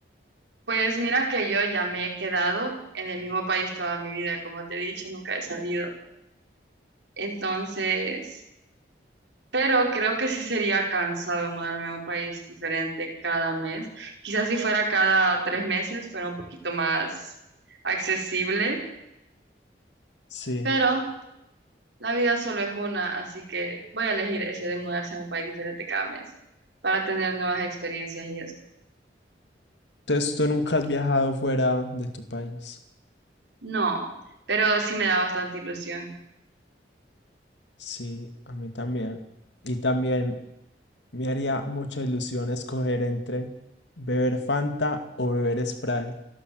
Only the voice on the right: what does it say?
Pues mira que yo ya me he quedado en el mismo país toda mi vida, como te he dicho, nunca he salido. Entonces, pero creo que sí sería cansado mudarme a un país diferente cada mes. Quizás si fuera cada tres meses fuera un poquito más accesible,
pero La vida solo es una, así que voy a elegir ese de mudarse a un país diferente cada mes para tener nuevas experiencias y eso.
No, pero sí me da bastante ilusión.